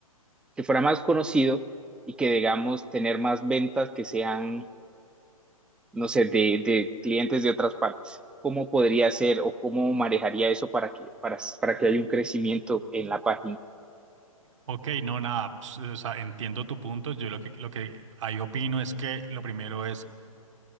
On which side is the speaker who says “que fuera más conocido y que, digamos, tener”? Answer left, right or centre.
Centre